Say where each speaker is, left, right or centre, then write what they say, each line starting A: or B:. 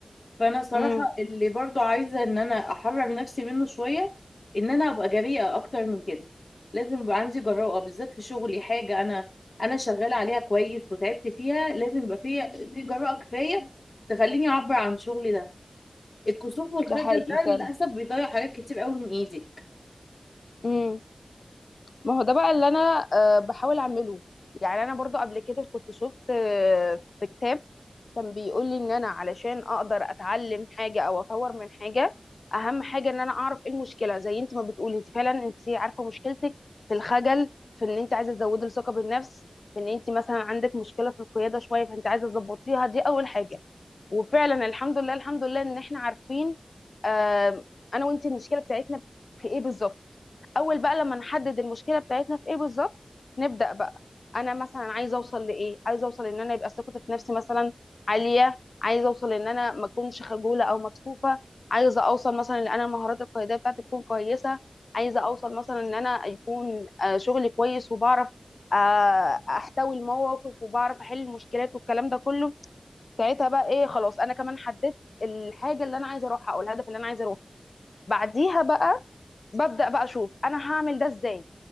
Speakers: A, on the left; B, on the left.
A: فانا صراحه
B: امم
A: اللي برضو عايزه ان انا احرر نفسي منه شويه ان انا ابقى جريئه اكتر من كده لازم يبقى عندي جراءه بالذات في شغلي حاجه انا انا شغاله عليها كويس وتعبت فيها لازم يبقى في في جراءه كفايه تخليني اعبر عن شغلي ده الكسوف والخجل
B: ده حقيقي
A: ده
B: فعلا
A: للاسف بيضيع حاجات كتير قوي من ايدك
B: امم ما هو ده بقى اللي انا آه، بحاول اعمله يعني انا برضو قبل كده كنت شفت آه، في كتاب كان بيقول لي ان انا علشان اقدر اتعلم حاجه او اطور من حاجه اهم حاجه ان انا اعرف ايه المشكله زي انت ما بتقولي انت فعلا انت عارفه مشكلتك في الخجل في ان انت عايزه تزودي الثقه بالنفس في ان انت مثلا عندك مشكله في القياده شويه فانت عايزه تظبطيها دي اول حاجه وفعلا الحمد لله الحمد لله ان احنا عارفين آم، انا وانت المشكله بتاعتنا في ايه بالظبط اول بقى لما نحدد المشكله بتاعتنا في ايه بالظبط نبدا بقى انا مثلا عايزه اوصل لايه عايزه اوصل ان انا يبقى ثقتي في نفسي مثلا عاليه عايزه اوصل ان انا ما اكونش خجوله او مكسوفه عايزه اوصل مثلا ان انا المهارات القياديه بتاعتي تكون كويسه عايزه اوصل مثلا ان انا يكون آه، شغلي كويس وبعرف آه، احتوي المواقف وبعرف احل المشكلات والكلام ده كله ساعتها بقى ايه خلاص انا كمان حددت الحاجه اللي انا عايزه اروحها او الهدف اللي انا عايزه اروحه بعديها بقى ببدأ بقى اشوف انا هعمل ده ازاي